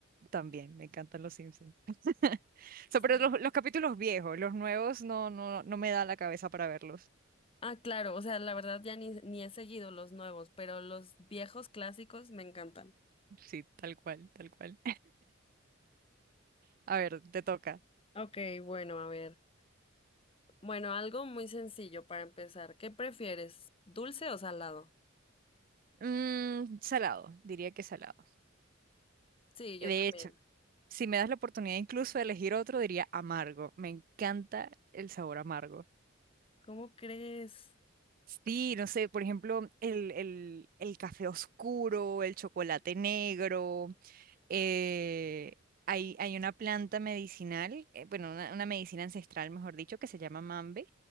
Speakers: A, on the right; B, on the left.
A: También, me encantan Los Simpsons. <laughs> So,
B: Sí.
A: pero los, los capítulos viejos, los nuevos no, no, no me da la cabeza para verlos.
B: Ah, claro, o sea, la verdad ya ni, ni he seguido los nuevos, pero los viejos clásicos me encantan.
A: Sí, tal cual, tal cual. <laughs> A ver, te toca.
B: Ok, bueno, a ver. Bueno, algo muy sencillo para empezar. ¿Qué prefieres? ¿Dulce o salado?
A: Mm, salado, diría que salado.
B: Sí, yo
A: De
B: también.
A: hecho, si me das la oportunidad incluso de elegir otro, diría amargo. Me encanta el sabor amargo.
B: ¿Cómo crees?
A: Sí, no sé, por ejemplo, el, el- el café oscuro, el chocolate negro, eh, hay, hay una planta medicinal, eh, bueno, una, una medicina ancestral, mejor dicho, que se llama mambe,